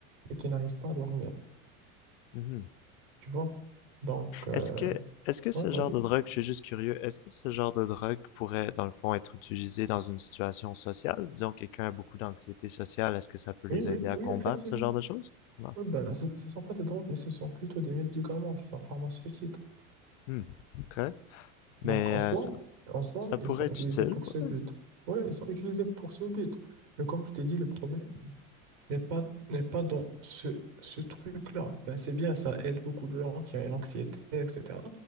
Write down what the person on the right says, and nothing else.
et qui n'arrivent pas à dormir.
Tu vois? Donc, euh,
ouais, vas-y.
Oui, oui,
oui,
effectivement.
Ouais, ben, ce ne sont pas des drogues, mais ce sont plutôt des médicaments qui sont pharmaceutiques.
Donc, en
soi,
en soi,
ils
sont
utilisés
pour ce but.
Oui, ils sont utilisés pour ce but. Mais comme je t'ai dit, le problème, n'est pas, n'est pas dans ce, ce truc-là. Ben, c'est bien, ça aide beaucoup de gens qui ont une anxiété, etc.